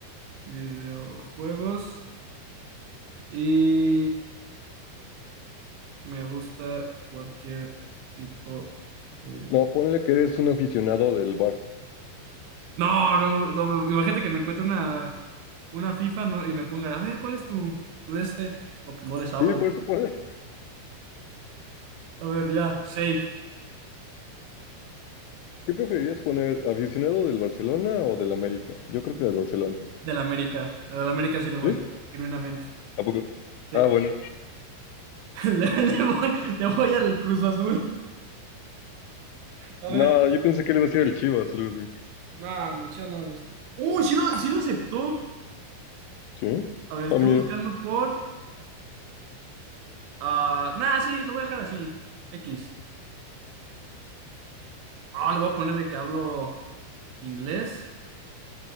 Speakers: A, on the right; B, on the left.
A: videojuegos y me gusta cualquier tipo de...
B: No, ponle que eres un aficionado del Barça.
A: No, no, no, imagínate que me encuentre una una FIFA no- y me pongan, a ver, ¿cuál es tu, tu de este? No, pues no le sabo.
B: Sí, por eso ponle.
A: A ver, ya, safe
B: <laughs> ¿Qué preferirías poner? ¿Aficionado del Barcelona o del América? Yo creo que del Barcelona.
A: del América. Del América sí le voy,
B: ¿Sí?
A: genuinamente.
B: ¿A poco?
A: Sí,
B: Ah, bueno.
A: <laughs> le, le voy, le voy al Cruz Azul. A
B: No,
A: ver,
B: yo pensé que le iba a decir al Chivas, algo así.
A: no, no, el Chivas no me gusta. ¡Uy, sí lo, sí lo aceptó!
B: ¿Sí?
A: A ver, estoy
B: Ah, mira.
A: buscando por... ah, nah, sí, lo voy a dejar así. X. Ah, le voy a poner de que hablo inglés,